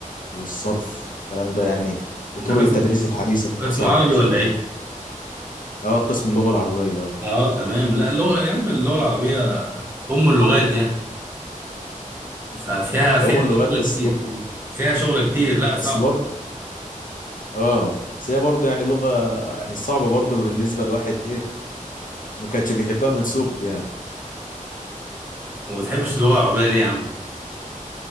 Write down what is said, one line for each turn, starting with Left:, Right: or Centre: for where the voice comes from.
Left: والصرف والكلام ده يعني وطرق
Right: انت قسم
Left: التدريس الحديثة بتبقى
Right: قسم
Left: صعبة
Right: عربي
Left: شوية
Right: ولا ايه
Left: أه قسم اللغة العربية أه
Right: اه تمام لا اللغه يا عم اللغه العربيه ام اللغات يعني ففيها
Left: علوم
Right: فيها
Left: اللغات
Right: شغل
Left: بس
Right: كتير
Left: برضه
Right: فيها شغل كتير لا صعب
Left: بس برضه اه بس هي برضه يعني لغة يعني صعبة برضه بالنسبة لواحد ايه ما كانش بيحبها من صغره يعني
Right: وما بتحبش اللغه العربيه ليه يا عم